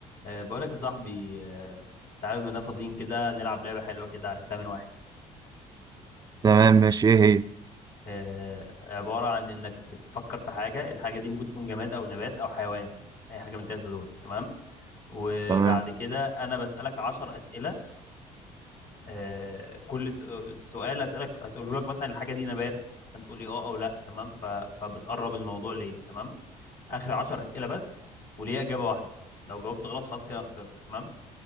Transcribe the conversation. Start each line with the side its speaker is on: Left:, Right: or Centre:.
Left: أه بقولك يا صاحبي أه تعالى بما اننا فاضيين كده نلعب لعبة حلوة كده عرفتها من واحد
Right: تمام ماشي ايه هي
Left: أه عبارة عن انك بتفكر في حاجة الحاجة دي ممكن تكون جماد او نبات او حيوان اي حاجة من الثلاثة دول تمام وبعد
Right: تمام
Left: كده انا بسألك عشر أسئلة أه كل س- سؤال اسألك اسأله لك مثلا الحاجة دي نبات فانت تقول لي اه او لا تمام ف... فبتقرب الموضوع ليه تمام اخر عشر أسئلة بس وليه إجابة واحدة لو جاوبت غلط خلاص كده أنا خسرت تمام